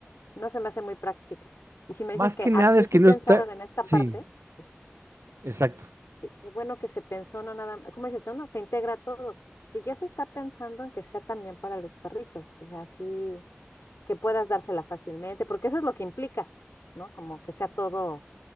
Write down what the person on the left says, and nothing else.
no se me hace muy práctica. Y si me
dices que
aquí
sí
pensaron
en esta
parte, pues
qué qué bueno que se pensó, no nada más, ¿cómo dices tú? No, se integra todo, que ya se está pensando en que sea también para los perritos, o sea, así que puedas dársela fácilmente, porque eso es lo que implica, ¿no? Como que sea todo